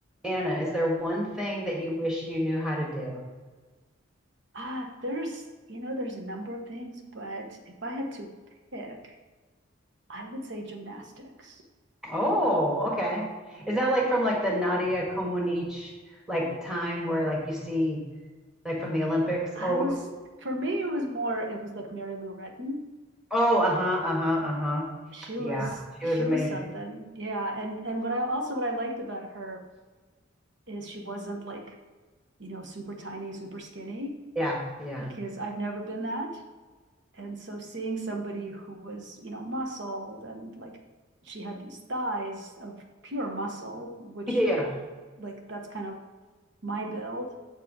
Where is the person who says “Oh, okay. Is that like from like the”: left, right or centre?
Centre